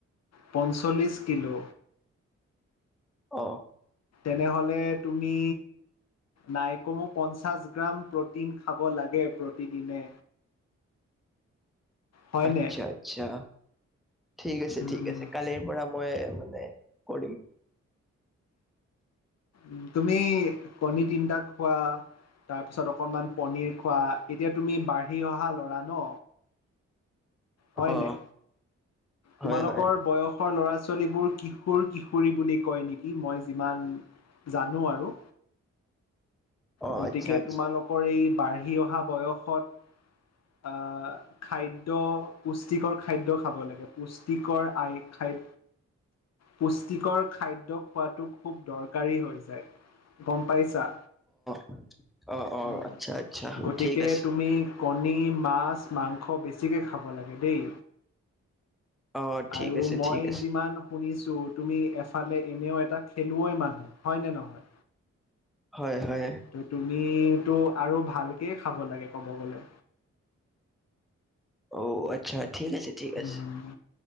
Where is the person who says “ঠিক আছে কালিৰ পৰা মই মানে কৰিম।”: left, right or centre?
Centre